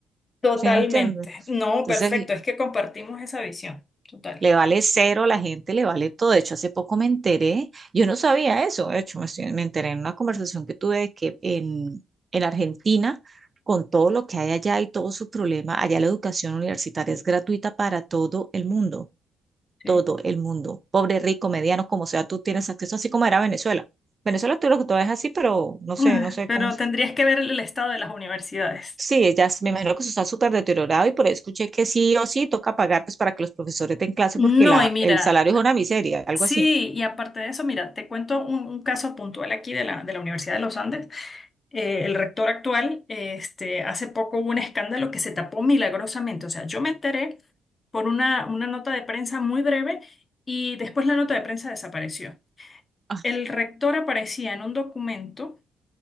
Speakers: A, on the left; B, on the right.
A: Totalmente.
B: ¿Sí me entiendes?
A: No,
B: Entonces,
A: perfecto. Es que compartimos esa visión. Total.
B: le vale cero la gente, le vale todo. De hecho, hace poco me enteré, yo no sabía eso, de hecho, me, estoy- me enteré en una conversación que tuve de que en, en Argentina, con todo lo que hay allá y todo su problema, allá la educación universitaria es gratuita para todo el mundo,
A: sí.
B: todo el mundo, pobre, rico, mediano, como sea, tú tienes acceso, así como era Venezuela. Venezuela tú lo que tú ves así, pero no sé,
A: Ah,
B: no sé
A: Pero
B: cómo.
A: tendrías que ver el estado de las universidades.
B: Sí, ellas, me imagino que eso está súper deteriorado y por ahí escuché que sí o sí toca pagar pues para que los profesores den clase
A: No,
B: porque la,
A: y mira,
B: el salario es una miseria, algo
A: Sí,
B: así.
A: y aparte de eso, mira, te cuento un, un caso puntual aquí de la, de la Universidad de los Andes. eh, el rector actual, eh, este, hace poco hubo un escándalo que se tapó milagrosamente. O sea, yo me enteré por una, una nota de prensa muy breve y después la nota de prensa desapareció.
B: <laughs>
A: El rector aparecía en un documento